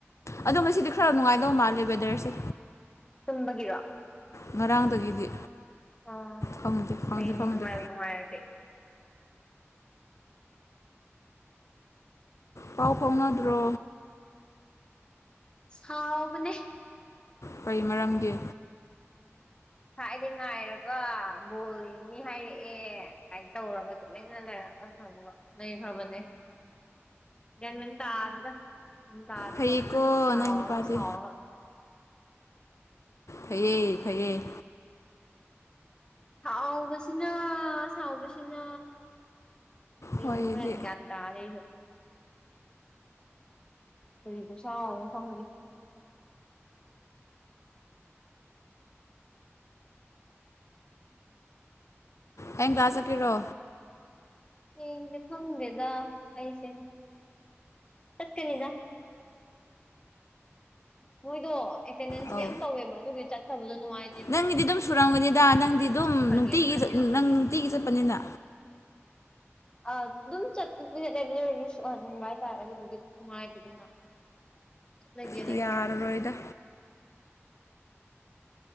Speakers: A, on the left (about 80°); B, on the left (about 20°).
A: ꯑꯗꯣ ꯃꯁꯤꯗꯤ ꯈꯔ ꯅꯨꯡꯉꯥꯏꯗꯕ ꯃꯥꯜꯂꯦ ꯋꯦꯗꯔꯁꯦ
B: ꯝꯕꯒꯤꯔꯣ
A: ꯉꯔꯥꯡꯗꯒꯤꯗꯤ
B: ꯑꯣ
A: ꯈꯪꯗꯦ ꯈꯪꯗꯦ
B: ꯀꯩꯅꯤꯅꯨꯡꯉꯅꯨꯡꯉꯔꯗꯦ
A: ꯈꯪꯗꯦ ꯄꯥꯎ ꯐꯥꯎꯅꯗ꯭ꯔꯣ
B: ꯍꯥꯎꯕꯅꯦ
A: ꯀꯩ ꯃꯔꯝꯒꯤ
B: ꯁꯥꯏꯗ ꯉꯥꯏꯔꯒ ꯕꯣꯜꯡꯅꯤ ꯍꯥꯏꯔꯛꯑꯦ ꯁꯃꯥꯏꯅ ꯇꯧꯔꯒ ꯑꯗꯨ ꯂꯥꯏꯅ ꯂꯩꯔꯒ ꯁꯒ ꯂꯩꯈ꯭ꯔꯕꯅꯦ ꯦꯟꯃꯤꯟ ꯇꯥ ꯑꯗꯨꯗ ꯎꯝ ꯇꯥꯗꯦ
A: ꯐꯩꯌꯦꯀꯣ
B: ꯈꯪꯁꯦ ꯁꯥꯎꯔꯒ
A: ꯅꯪ ꯅꯨꯄꯥꯗꯤ
B: ꯁꯥꯎꯔꯒ
A: ꯐꯩꯌꯦ ꯐꯩꯌꯦ
B: ꯁꯥꯎꯕꯁꯤꯅ ꯁꯥꯎꯕꯁꯤꯅ ꯑꯅ
A: ꯍꯣꯏꯗꯤ
B: ꯗ ꯑꯔ ꯐ ꯄꯨꯁ ꯐꯝ
A: ꯑꯦꯡ ꯀ꯭ꯂꯥꯥꯁ ꯀꯔꯣ
B: ꯍꯌꯦꯁꯦ ꯈꯪꯗꯦꯗ ꯑꯩꯁꯦꯁ ꯆꯠ ꯀꯦꯅꯤꯗ ꯃꯣꯏꯗꯣ ꯑꯦꯇꯦꯟꯗꯦꯟꯁꯀꯤ
A: ꯑꯧ
B: ꯌꯥꯝ ꯇꯧꯋꯦꯕ ꯑꯗꯨꯒꯤ ꯆꯠꯕꯗꯣ ꯅꯨꯡꯉꯥꯏꯦ
A: ꯅꯪꯒꯤꯗꯤ ꯑꯗꯨꯝ ꯁꯨꯔꯝꯒꯅꯤꯗ ꯅꯪꯗꯤ ꯑꯗꯨꯝ
B: ꯆꯠꯈ꯭ꯔꯒꯦꯅ
A: ꯅꯨꯡꯇꯤꯒꯤ
B: ꯈꯟꯕ ꯑꯗꯨꯒꯤ
A: ꯅꯪ ꯅꯨꯡꯇꯤꯒꯤ ꯆꯠꯄꯅꯤꯅ
B: <unintelligible> ꯑ ꯑꯗꯨꯝ ꯆꯠꯇ ꯂꯩꯕ ꯂ ꯑꯣꯏꯔꯁꯨ ꯁꯣꯛꯍꯟꯅꯤꯡꯕ ꯍꯥꯏꯇꯥꯔꯦ ꯑꯗꯨꯗꯨꯒꯤ ꯅꯨꯡꯉꯥꯏꯇꯗꯅ ꯆꯂꯒꯦ
A: ꯇꯌꯥꯔ ꯔꯣꯍꯤꯗ